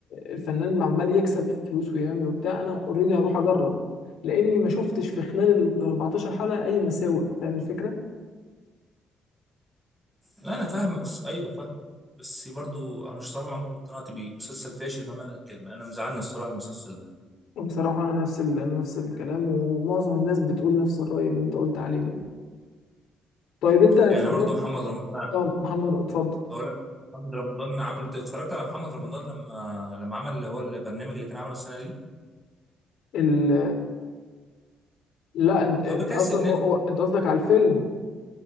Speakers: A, on the left (about 75°); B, in the centre.
A: الفنان عمال يكسب في فلوس ويعمل وبتاع انا اوريدي هروح اجرب لاني ما شفتش في خلال ال 14 حلقة اي مساوئ فاهم الفكرة؟
B: لا انا فاهمك س- ايوه فاهم بس برضو انا مش صراحه عمري ما اقتنعت بيه مسلسل فاشل بمعنى الكلمه انا مزعلني الصراحه المسلسل ده
A: بصراحة انا نفس ال أنا نفس الكلام ومعظم الناس بتقول نفس الرأي اللي انت قلت عليه ده طيب انت اتفرجت
B: يعني برضو محمد رمضان
A: اه محمد اتفضل
B: اقول لك محمد رمضان عمل انت اتفرجت على محمد رمضان لما لما عمل اللي هو البرنامج اللي كان عامله السنه دي
A: ال- لا انت انت
B: هو بيكسب
A: قصدك
B: ناس
A: هو- هو- انت قصدك على الفيلم